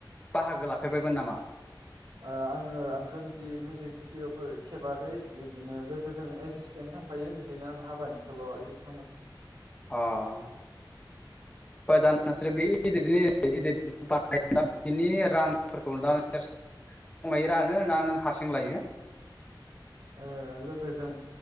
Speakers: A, on the left (about 15°); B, on the right (about 85°).
A: बाहागो लाफेरबायमोन नामा
B: आङो आंथ' बिदि मिउजिक भिडिअ'फोर खेबाखै बिदिनो लोगोजों एसिसटेन्ट थांफायो बिदिनो आं हाबानिखौल' इदिट खालामो
A: अ ओमफ्राय दा नोंसोर बे इदिटजि इदिट बानायबा बिनि रांफोरखौ दा नोंसोर बबायो रानो ना नों हारसिं लायो
B: ओ लोगोजों